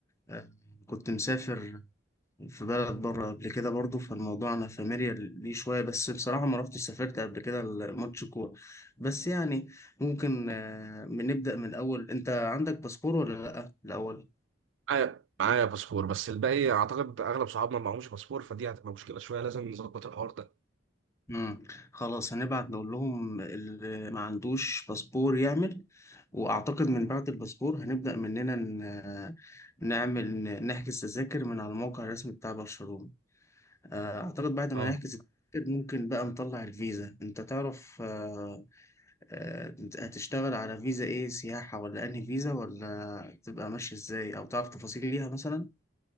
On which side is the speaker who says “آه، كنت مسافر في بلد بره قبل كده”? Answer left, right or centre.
Left